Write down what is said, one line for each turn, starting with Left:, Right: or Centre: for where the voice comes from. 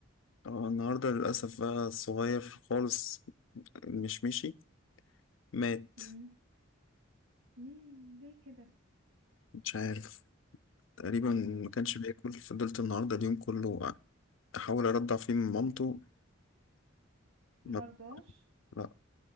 Left: آه، النهارده للاسف بقى الصغير خالص مش مشي مات
Right: مم. ليه ليه كده
Left: مش عارف تقريبا ما كانش
Right: مم.
Left: بياكل فضلت النهارده اليوم كله احاول ارضع فيه من مامته ما
Right: مرضاش
Left: لا